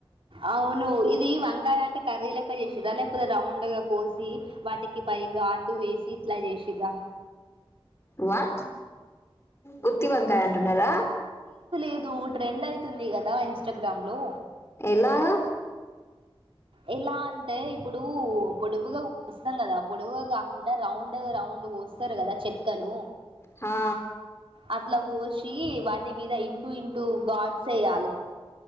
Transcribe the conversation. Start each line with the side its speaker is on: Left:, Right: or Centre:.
Right: అవును ఇది వంకాయ అంటే కర్రీల లెక్క చేసిన్రా లేకపోతే రౌండ్గా కోసి వాటికి పై ఘాటు వేసి ఇట్ల చేసిన్రా
Left: వాట్ గుత్తి వంకాయ అంటున్నరా?
Right: ఏదో ట్రెండ్ అయితుంది కదా ఇన్స్టాగ్రామ్లో
Left: ఎలాగా
Right: ఎలా అంటే ఇప్పుడు పొడువుగా కోస్తం కదా పొడువుగా కాకుండా రౌండ్ రౌం డు కోస్తరు కదా చెక్కలు
Left: హా
Right: అట్ల కోసి వాటి మీద ఇంటూ ఇంటూ గాడ్స్ ఎయ్యాలె